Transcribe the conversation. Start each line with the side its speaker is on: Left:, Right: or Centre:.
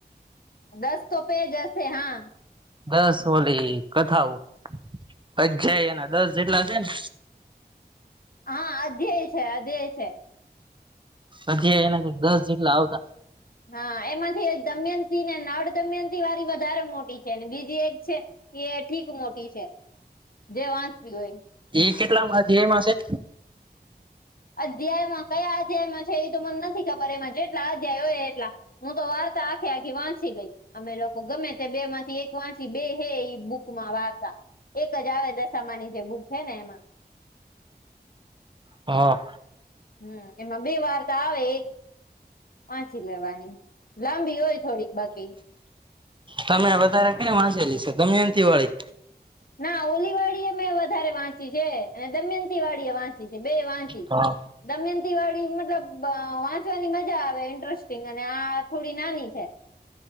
Left: દસ તો પેજ હસે હા
Right: દસ ઓલી કથાવું <unintelligible> છે એના દસ જેટલા હશે ને
Left: હા અધ્યાય છે અધ્યાય છે.
Right: અધ્યાય એના કઈક દસ જેટલા આવતા
Left: હા એમાંથી દમયંતી ને નળ દમયંતીવાળી વધારે મોટી છે બીજી એક છે. એ ઠીક મોટી છે જે વાંચવી હોય
Right: એ કેટલામા અધ્યામાં છે?
Left: અધ્યાયમાં કયા અધ્યાયમાં છે, એ તો મને નથી ખબર એમાં અધ્યાય હોય એટલા હું તો વાર્તા આખે આખી વાંચી ગઈ અમે લોકો ગમે તે બે માંથી એક વાંચી બે હેઈ બુકમાં વાર્તા એક જ આવે દશામાની જે બુક હે ને એમાં
Right: હા
Left: હમ્મ એમાં બે વાર્તા આવે એ વાંચી લેવાની લાંબી હોય થોડીક બાકી
Right: તમે વધારે ક‌ઈ વાંચેલી છે, દમયંતીવાળી?
Left: ના ઓલી વાળી એ મેં વધારે વાંચી છે અને દમયંતી વાળી એ વાંચ ચી બેય વાંચી
Right: હા
Left: દમયંતીવાળી મતલબ વાંચવાની મજા આવે ઇન્ટરેસ્ટિંગ અને આ થોડી નાની છે.